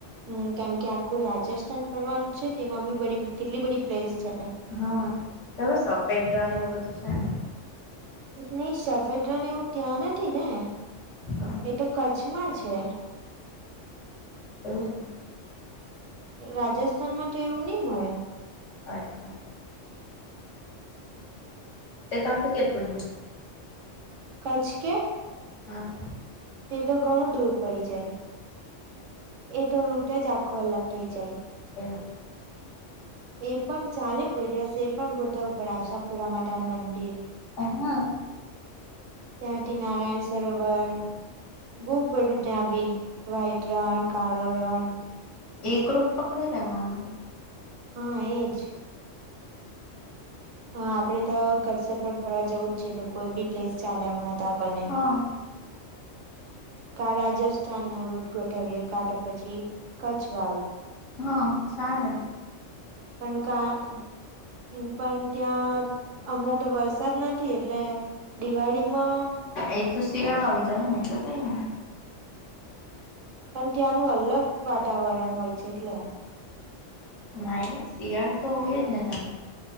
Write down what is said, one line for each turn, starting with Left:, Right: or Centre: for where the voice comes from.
Right: હમ્મ કેમ કે આખું રાજસ્થાન ફરવાનું છે તેમાં બી બધી કેટલી બધી પ્લેસ છે.
Left: હા તમે સફેદ રણ એવું બધું છે ને.
Right: નઈ સફેદ રન એવું ત્યાં નથી ને.
Left: તો?
Right: એ તો કચ્છમાં છે.
Left: એવું છે.
Right: રાજસ્થાનમાં તો એવું નહી મળે.
Left: અચ્છા. એ તાથી કેટલું દૂર.
Right: કચ્છ કે.
Left: હા.
Right: તે તો ઘણું દૂર પડી જાય. એટ રૂટ જ આખો અલગ થઈ જાય.
Left: એવું છે.
Right: એ પણ ચાલે કોઈ દિવસ એ પણ ગોઠવવુ ઉપર આશાપુરા માતાના મંદિર
Left: અ હ
Right: ત્યાંથી નારાયણ સરોવર બવ બધુ ત્યાં બી વ્હાઈટ રણ કાળો રણ
Left: એક રૂટ પકડી લેવાનું.
Right: હા એજ. હ આપડે તો કશે પણ ફરવા જવું જ છે એટલે કોઈ બી પ્લેસ ચાલે હમણાં તો આપણને
Left: હા
Right: <inaudible> કા રાજસ્થાન નું રૂટ ગોઠાવએ કાંતો પછી કચ્છ વાળું
Left: હા ચાલે.
Right: પણ કા હું પણ ત્યાં હમણાં તો વરસાદ નથી એટલે દિવાળીમાં
Left: એ તો શિયાળો આવી જહે ને એટલે કઈની
Right: પણ ત્યાંનું અલગ વાતાવરણ હોય છે એટલે.
Left: નાઈલે શિયાળો તો હોય જ ને તા